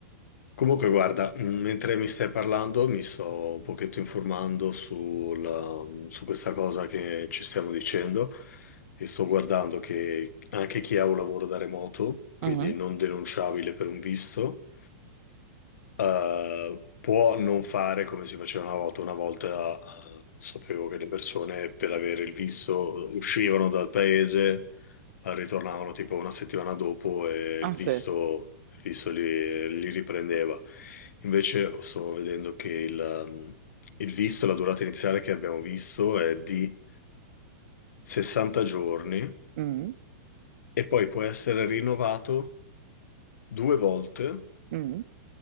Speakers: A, on the left (about 80°); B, on the right (about 60°).
A: Comunque, guarda, mh, mentre mi stai parlando, mi sto un pochetto informando sul- su questa cosa che ci stiamo dicendo e sto guardando che anche chi ha un lavoro da remoto, quindi
B: mm.
A: non denunciabile per un visto, eh, può non fare come si faceva una volta. Una volta, eh, sapevo che le persone per avere il visto uscivano dal paese eh, ritornavano tipo una settimana dopo e
B: Ah
A: il
B: sì,
A: visto, il visto li, li riprendeva. Invece sto vedendo che il, um, il visto, la durata iniziale che abbiamo visto è di 60 giorni
B: Mm,
A: e poi può essere rinnovato due volte
B: mm.